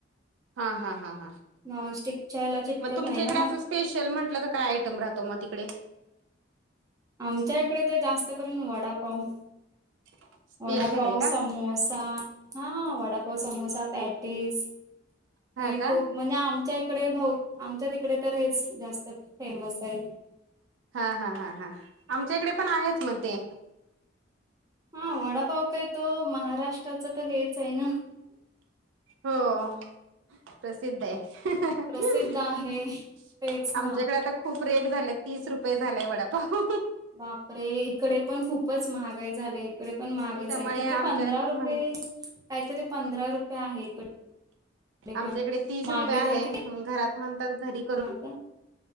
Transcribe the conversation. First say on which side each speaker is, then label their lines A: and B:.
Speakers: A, on the right; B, on the right.
A: हा हा हा हा.
B: नॉनस्टिकच्या याला चटकत
A: मग तुमच्या
B: नाही ना
A: इकडे
B: मग.
A: असं स्पेशल म्हटलं तर काय आयटम राहतो मग तिकडे?
B: आमच्या इकडे तर जास्त करून वडापाव.
A: <unintelligible>
B: वडापाव
A: आहे का
B: समोसा, हा वडापाव समोसा पॅटीस
A: हा
B: हे
A: का.
B: खूप म्हणजे आमच्या इकडे भाव आमच्या तिकडे तर हेच जास्त फेमस आहे.
A: हा हा हा हा आमच्या इकडे पण आहेच मग ते,
B: हा वडापाव काय तो महाराष्ट्राचा तर हेच आहे ना.
A: हो प्रसिद्ध आहे. <unintelligible>
B: प्रसिद्ध आहे तेच
A: आमच्याकडे
B: ना
A: आता. खूप रेट झालाय तीस रुपये झालाय वडापाव
B: बापरे इकडे पण खूपच महागाई झाली इकडे पण महागच
A: त्याच्यामुळे
B: आहे. किती
A: आमच्या
B: पंधरा रुपये
A: म्हण
B: काही तर ते पंधरा रुपये आहे इकडे पण
A: आमच्याकडे तीस
B: मागे
A: रुपये आहे.
B: तर किती
A: मग घरात म्हणतातरी
B: हा का